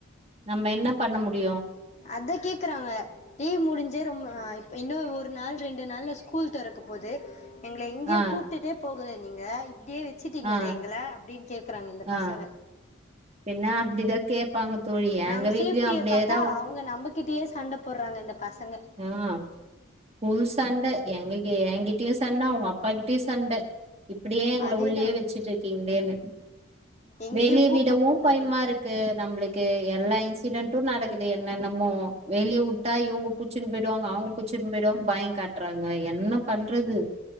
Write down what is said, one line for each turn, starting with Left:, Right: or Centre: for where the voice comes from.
Right: நம்ம என்ன பண்ண முடியும்
Left: அதான் கேக்குறாங்க லீவ் முடிஞ்சே ரொம்ப இப் இன்னு ஒரு நாள் ரெண்டு நாள் ஸ்கூ ஸ்கூல் தெறக்க போது எங்கள எங்கேயும்
Right: ஆ
Left: கூப்புட்டுட்டே போக <unintelligible> நீங்க இப் அப்டியே வச்சுட்டீங்களே
Right: ஆ
Left: எங்கள அப்டின் கேக்குறாங்க இந்த
Right: ஆ
Left: பசங்க
Right: பின்ன அப்டிதா கேப்பாங்க தோழி
Left: நாங்க
Right: எங்க வீட்லயு
Left: சேஃப்டிய
Right: அப்டியேதா
Left: பாத்தா அவுங்க நமக் கிட்டியே சண்ட போட்றாங்க இந்த பசங்க
Right: ஆ ஃபுல் சண்ட எங்கிகெ என்கிட்டயு சண்ட அவுங்கப்பா கிட் டியு சண்ட இப்டியே எங்கள
Left: அதேதா
Right: உள்ளயே வெச்சிட்ருக்கீங்ளேன்னு
Left: எங்கேயு
Right: வெளிய
Left: கூப்ட்டுட்டு
Right: விடவு
Left: போ
Right: பயமா
Left: மாட்டேன்னு
Right: இருக்கு நம்ளுக்கு எல்லா இன்சிடன்ட் டு நடக்குது என்னென்னமோ வெளிய வுட்டா இவுங்க பு புச்சுன் போயிடுவாங்க அவுங்க புச்சுன்னு போயிடுவாங்க பயங் காட்றாங்க என்ன பண்றது